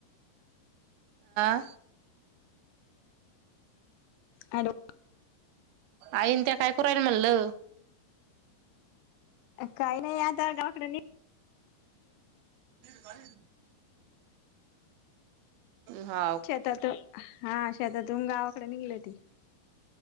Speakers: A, on the right (about 85°); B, on the left (about 85°).
A: अं..
B: हॅलो
A: आईन त्या काय करु राहिल्या म्हणलं?
B: काही नाही आता गावाकडे नि
A: का <inaudible> <unintelligible> हा
B: शेतातून हा शेतातून गावाकड निघाल्याती